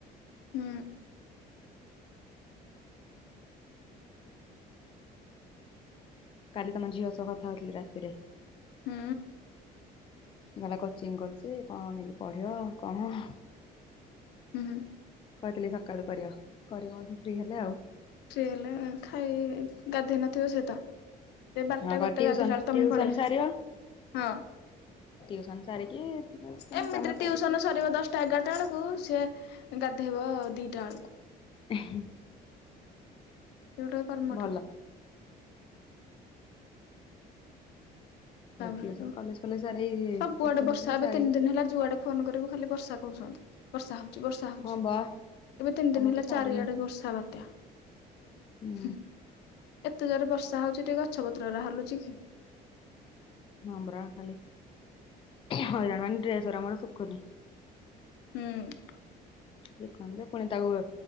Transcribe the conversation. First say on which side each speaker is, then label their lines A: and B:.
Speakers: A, on the left (about 80°); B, on the left (about 30°).
A: ହୁଁ।
B: କାଲି ତମ ଝିଅ ସହ କଥା ହଉଥିଲି ରାତିରେ।
A: ହୁଁ।
B: ଗଲା କୋଚିଂ କରୁଛି କଣ କେମିତି ପଢିବ କଣ
A: ହୁଁ ହୁଁ।
B: କହିଥିଲି ସକାଳୁ କରିବ କରିବ ମତେ ଫ୍ରି ହେଲେ ଆଉ।
A: ପ୍ରି ହେଲେ ଖାଇବି ଗାଧେଇ ନଥିବ ସେ ତା ସେ ବାରଟା
B: ହଁ କ
A: ଗୋଟେ
B: ଟିଉସନ
A: ଗାଧେଲା ବେଳକୁ ତମ
B: ଟିଉସନ
A: ଭଳିଆ
B: ସାରିବ
A: ହଁ।
B: ଟିଉସନ ସାରିକି ପୁଣି
A: ଏମିତିରେ
B: କାମ ସାରିକି।
A: ଟିଉସନ ସରିବ ଦଶଟା ଏଗାରଟା ବେଳକୁ ସିଏ ଗାଧୋଇବ ଦିଟା ବେଳକୁ।
B: ହେଁ।
A: ସେଉଟା କର୍ମଠା।
B: ଭଲ
A: ତାପରେ
B: ଟିଉସନ
A: ହେଠୁ
B: କଲେଜ ଫଲେଜ ସାରି
A: ସବୁଆଡେ
B: କୋଚିଂ
A: ବର୍ଷା
B: ଫୋଚିଂ
A: ଏବେ
B: ସାରିକି
A: ତିନି ଦିନ ହେଲା ଯୁଆଡେ ଫୋନ କରିବୁ ଖାଲି ବର୍ଷା କହୁଛନ୍ତି। ବର୍ଷା ହଉଛି ବର୍ଷା ହଉଛି
B: ହଁ ବା
A: ଏବେ ତିନି
B: ଆମର
A: ଦିନ ହେଲା
B: ତ ଛାଡୁନି
A: ଚାରିଆଡେ ବର୍ଷା ବାତ୍ୟା।
B: ହୁଁ
A: ସେ <inaudible> ଏତେ ଜୋରେ ବର୍ଷା ହଉଚି ଟିକେ ଗଛ ପତ୍ର ବା ହଲୁଚି କି?
B: ହଁପରା ଖାଲି ହଇରାଣମାନ ଡେସ୍ ଗୁରା ଆମର ଶୁଖୁନି?
A: ହୁଁ।
B: ସେ କୁହନ୍ତି ପୁଣି ତାକୁ ଏ